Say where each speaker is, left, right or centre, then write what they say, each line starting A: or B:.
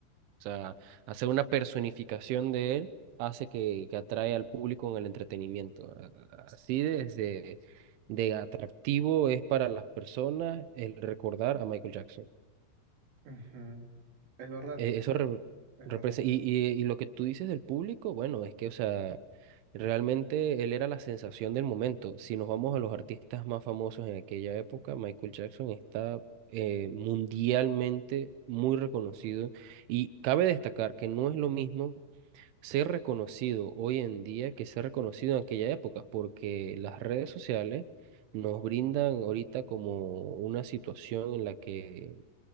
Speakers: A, on the right; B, on the right.
A: O sea, hacer una personificación de él hace que, que atrae al público en el entretenimiento. A- a- Así desde de atractivo es para las personas el recordar a Michael Jackson.
B: Ujú, Es verdad,
A: Eh, Eso
B: es
A: representa,
B: verdad.
A: y, y, y lo que tú dices del público, bueno, es que, o sea, realmente él era la sensación del momento. Si nos vamos a los artistas más famosos en aquella época, Michael Jackson está eh, mundialmente muy reconocido. Y cabe destacar que no es lo mismo ser reconocido hoy en día que ser reconocido en aquella época, porque las redes sociales nos brindan ahorita como una situación en la que